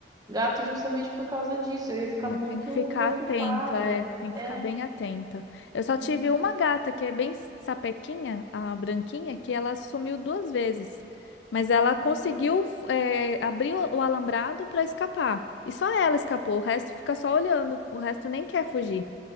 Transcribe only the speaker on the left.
É,
tem que ficar
atenta, é, tem que
ficar bem atenta. Eu só
tive uma gata que é bem sapequinha, a branquinha, que ela sumiu duas vezes, mas ela conseguiu
é, abrir o o alambrado para escapar. E só ela escapou, o resto fica só olhando, o resto nem quer fugir.